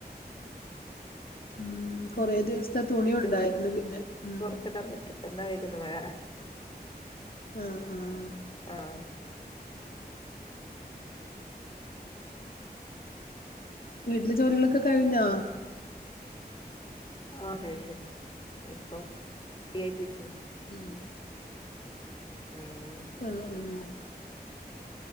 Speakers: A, on the left (about 60°); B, on the left (about 30°).
A: ഉം കൊറേ ദിവസത്തെ തുണി ഒണ്ടാരുന്നു
B: ചുറ്റും
A: പിന്നെ ഉം
B: പൊറത്തിടാൻ പറ്റും എന്നാ വരുന്നേ മഴ
A: ആഹ്ആഹ്
B: ആഹ്
A: വീട്ടിലെ ജോലികളൊക്കെ കഴിഞ്ഞോ
B: ആ കഴിഞ്ഞു ഇപ്പം ഫ്രീ ആയിട്ടിരിക്കുന്നു
A: ഉം
B: ഉം
A: ആഹ് ആഹ്